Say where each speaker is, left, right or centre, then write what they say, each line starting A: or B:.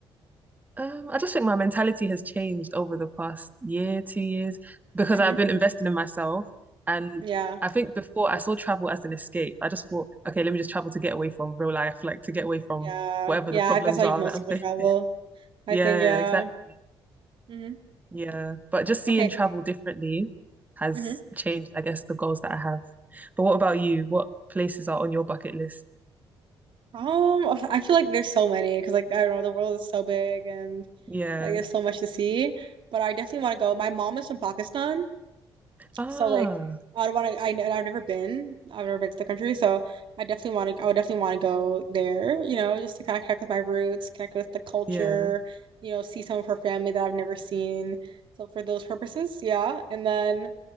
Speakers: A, on the right; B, on the right.
A: Um, I just think my mentality has changed over the past year, two years, because
B: hmm
A: I've been investing in myself. And
B: Yeah.
A: I think before I saw travel as an escape. I just thought, okay, let me just travel to get away from real life, like to get away from
B: Yeah.
A: whatever
B: Yeah.
A: the problems
B: That's how you
A: are
B: most
A: that I'm
B: people
A: facing.
B: travel.
A: <laughs>
B: I
A: Yeah,
B: think. Yeah.
A: exactly.
B: hmm
A: Yeah. But just seeing
B: Okay.
A: travel differently has
B: mm-hmm.
A: changed, I guess, the goals that I have. But what about you? What places are on your bucket list?
B: Um, I feel like there's so many because like I don't know, the world is so big and
A: Yeah.
B: like there's so much to see. But I definitely want to go. My mom is from Pakistan,
A: Ah,
B: so like I don't want to. I and I've never been. I've never been to the country, so I definitely want to. I would definitely want to go there. You know, just to kind of connect with my roots, connect with the culture.
A: yeah,
B: You know, see some of her family that I've never seen. So for those purposes, yeah. And then